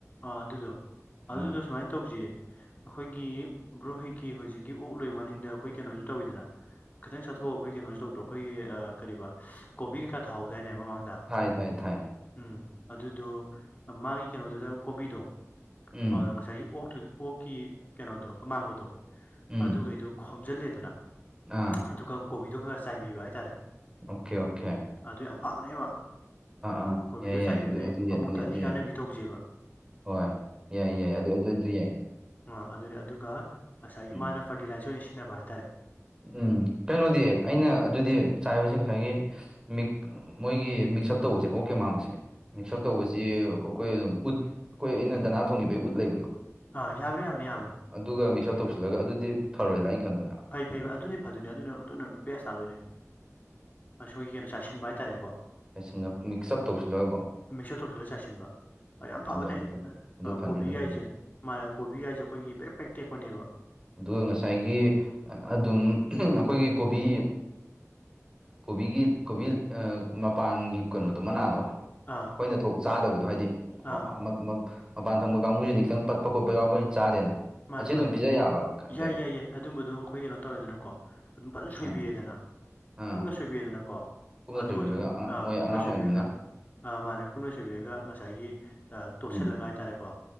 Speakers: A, on the left (about 35°); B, on the right (about 15°).
A: ꯑꯥ ꯑꯗꯨꯗꯣ ꯑꯗꯨꯗꯣ
B: ꯑꯥ
A: ꯁꯨꯃꯥꯏꯟ ꯇꯧꯖꯤ ꯑꯈꯣꯏꯒꯤ ꯕ꯭ꯔꯣꯍꯩꯒꯤ ꯍꯧꯖꯤꯛꯀꯤ ꯑꯣꯛ ꯂꯣꯏꯕ ꯃꯅꯤꯡꯗ ꯑꯈꯣꯏ ꯀꯩꯅꯣꯖꯨ ꯇꯧꯋꯤꯗꯅ ꯈꯤꯇꯪ ꯆꯠꯊꯣꯛ ꯑ ꯑꯈꯣꯏ ꯀꯩꯅꯣꯁꯨ ꯇꯧꯗ꯭ꯔꯣ ꯑꯈꯣꯏꯒꯤ ꯑꯥ ꯀꯔꯤꯕꯥ ꯀꯣꯕꯤ ꯀꯩꯀꯥ ꯊꯥꯍꯧꯗꯥꯏꯅꯦ ꯃꯃꯥꯡ ꯂ
B: ꯊꯥꯏ ꯊꯥꯏ ꯊꯥꯏ
A: ꯎꯝ ꯑꯗꯨꯗꯣ ꯃꯥꯒꯤ ꯀꯩꯅꯣꯗꯨꯗ ꯀꯣꯕꯤꯗꯣ
B: ꯎꯝ
A: ꯑꯧꯗ ꯉꯁꯥꯏꯒꯤ ꯑꯣꯛꯇꯨ ꯑꯣꯛꯀꯤ ꯀꯩꯅꯣꯗꯣ ꯑꯃꯥꯡꯕꯗꯣ
B: ꯎꯝ
A: ꯑꯗꯨꯒꯩꯗꯣ ꯈꯣꯝꯖꯤꯜꯂꯦꯗꯅ
B: ꯑꯥ
A: ꯑꯗꯨꯒ ꯀꯣꯕꯤꯗꯣ ꯈꯔ ꯆꯥꯏꯕꯤꯕ ꯍꯥꯏꯇꯥꯔꯦ
B: ꯑꯣꯛꯀꯦ ꯑꯣꯛꯈꯦ
A: ꯑꯗꯨ ꯌꯥꯝ ꯐꯕꯅꯦꯕ
B: ꯑꯥ
A: ꯀꯣꯕꯤꯗꯣ
B: ꯌꯥꯏ ꯌꯥꯏ
A: ꯆꯥꯏꯕꯤꯕꯗꯩ
B: ꯑꯗꯨ ꯑꯗꯨ ꯌꯥꯏ
A: ꯑꯃꯨꯛꯇ
B: ꯑꯗꯨ ꯌꯥꯏ
A: ꯑꯅꯤ
B: ꯑꯗꯨ
A: ꯀꯥꯟꯅꯕꯤ
B: ꯌꯥꯏ
A: ꯇꯧꯖꯦꯕ
B: ꯍꯣꯏ ꯌꯥꯏꯌꯦ ꯌꯥꯏ ꯑꯗꯨ ꯑꯗꯨ ꯑꯗꯨ ꯌꯥꯏ
A: ꯑꯥ ꯑꯗꯨꯅꯤ ꯑꯗꯨꯒ ꯉꯁꯥꯏꯒꯤ
B: ꯎꯝ
A: ꯃꯥꯅ ꯐꯔꯇꯤꯂꯥꯏꯆ ꯑꯣꯏꯟ ꯁꯤꯟꯅꯕ ꯍꯥꯏꯇꯥꯔꯦ
B: ꯎꯝ ꯀꯩꯅꯣꯗꯤ ꯑꯩꯅ ꯑꯗꯨꯗꯤ ꯆꯥꯏꯕꯁꯦ ꯉꯁꯥꯏꯒꯤ ꯃꯤꯛ ꯃꯣꯏꯒꯤ ꯃꯤꯛꯁꯑꯞ ꯇꯧꯕꯁꯦ ꯑꯣꯛ ꯀꯤ ꯑꯃꯥꯡꯕꯁꯦ ꯃꯤꯛꯁꯑꯞ ꯇꯧꯕꯁ ꯖꯤ ꯑꯈꯣꯏ ꯑꯗꯨꯝ ꯎꯠ ꯑꯈꯣꯏ ꯑꯩꯅ ꯗꯅꯥ ꯊꯣꯡꯒꯤꯕꯩ ꯎꯠ ꯂꯩꯕꯗꯣ
A: ꯑꯥ ꯌꯥꯕꯅꯦ ꯌꯥꯕꯅꯦ ꯌꯥꯕꯅꯦ
B: ꯑꯗꯨꯒ ꯃꯤꯛꯁꯑꯞ ꯇꯧꯁꯤꯜꯂꯒ ꯑꯗꯨꯗꯤ ꯐꯔꯣꯏꯗ꯭ꯔꯥ ꯑꯩꯩꯟ ꯈꯟꯕꯗ
A: ꯐꯩ ꯐꯩꯕ ꯑꯗꯨꯅ ꯍꯦꯟꯅ ꯐꯗꯨꯏꯅꯦ ꯑꯗꯨꯅ ꯑꯗꯨꯅ ꯕꯦꯁ ꯇꯥꯗꯣꯏꯅꯦ ꯑꯁꯣꯏꯒꯤ ꯀꯩꯅꯣ ꯆꯥꯏꯁꯤꯟꯕ ꯍꯥꯏ ꯇꯥꯔꯦꯀꯣ
B: ꯆꯥꯏ ꯁꯤꯟꯕ ꯃꯤꯛꯁꯑꯞ ꯇꯧꯁꯤꯜꯂꯒꯀꯣ
A: ꯃꯤꯛꯁꯑꯞ ꯇꯧꯁꯤꯜꯂ ꯆꯥꯏꯁꯤꯟꯕ
B: ꯎꯝ
A: ꯑꯥ ꯌꯥꯝ ꯐꯕꯅꯦ
B: ꯑꯗꯨ ꯑꯗꯨ ꯑꯗꯨ ꯑꯗꯨ
A: ꯑ
B: ꯐꯅꯤ
A: ꯀꯣꯕꯤꯒꯥꯏꯖꯦ
B: ꯑꯗꯨ ꯐꯅꯤ
A: ꯃꯥꯅ ꯀꯣꯕꯤꯒꯥꯏꯖꯦ ꯑꯈꯣꯏꯒꯤ ꯄꯦꯛ ꯄꯦꯛ ꯇꯦꯛꯄꯅꯦꯕ
B: ꯗꯨꯒ ꯉꯁꯥꯏꯒꯤ ꯑꯗꯨꯝ ꯑꯈꯣꯏꯒꯤ ꯀꯣꯕꯤ ꯀꯣꯕꯤꯒꯤ ꯀꯣꯕꯤ ꯑ ꯃꯄꯥꯟꯒꯤ ꯀꯩꯅꯣꯗꯣ ꯃꯅꯥꯗꯣ
A: ꯑꯥ
B: ꯈꯣꯏꯅ ꯊꯣꯛ ꯆꯥꯗꯕꯗꯣ ꯍꯥꯏꯗꯤ
A: ꯑꯥ
B: ꯃꯛ ꯃꯛ ꯃꯄꯥꯟ ꯊꯪꯕ ꯀꯥꯡꯕꯨꯖꯤꯗꯤ ꯈꯤꯇꯪ ꯄꯠꯄ ꯈꯣꯠꯄ ꯌꯥꯎꯕꯩꯟ ꯆꯥꯗꯦꯅ
A: ꯃꯥꯅꯦ
B: ꯑꯁꯤ ꯑꯗꯨꯝ
A: ꯃꯥꯅꯦ
B: ꯄꯤꯖ ꯌꯥꯕ ꯍꯥꯏꯐꯦꯠ
A: ꯌꯥꯏ ꯌꯥꯏ ꯌꯥꯏ ꯑꯗꯨꯝꯕꯗꯨꯝ ꯑꯈꯣꯏ ꯀꯩꯅꯣ ꯇꯧꯔꯦꯗꯅꯀꯣ ꯑꯗꯨꯝ ꯐꯖꯟ ꯁꯣꯏꯕꯤꯔꯦꯗꯅ
B: ꯑꯥ ꯑꯥ
A: ꯀꯨꯞꯅ ꯁꯣꯏꯕꯤꯑꯦꯗꯅꯀꯣ
B: ꯀꯨꯞꯅ
A: ꯑꯗꯨ
B: ꯁꯣꯏꯕꯤꯔꯒ
A: ꯑꯗꯨꯝ ꯑ
B: ꯃꯣꯏ
A: ꯀꯨꯞꯅ
B: ꯑꯉꯥꯡ ꯑꯣꯏꯔꯤꯃꯤꯅ
A: ꯁꯣꯏꯕꯤꯔꯒ ꯑ ꯃꯥꯅꯦ ꯀꯨꯞꯅ ꯁꯣꯏꯕꯤꯔꯒ ꯉꯁꯥꯏꯒꯤ ꯇꯣꯠꯁꯤꯜꯂꯒ
B: ꯎꯝ
A: ꯍꯥꯏꯇꯥꯔꯦꯀꯣ